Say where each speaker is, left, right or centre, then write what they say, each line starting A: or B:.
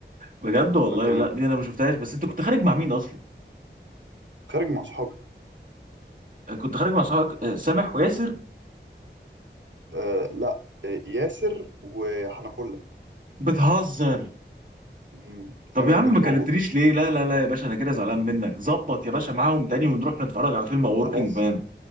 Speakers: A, on the right; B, on the right.
A: بجد والله
B: فكانت
A: لا دي انا ما شفتهاش بس انت كنت خارج مع مين اصلا
B: خارج مع صحابي
A: آه، كنت خارج مع صحابك آه، سامح وياسر
B: آه لا آه ياسر وحنفلة
A: بتهزر
B: مم،
A: طب
B: سامح
A: يا عم
B: ما كانش
A: ما كلمتنيش
B: موجود
A: ليه لا لا لا يا باشا انا كده زعلان منك ظبط يا باشا معاهم تاني ونروح نتفرج على فيلم اوركينج
B: خلاص
A: مان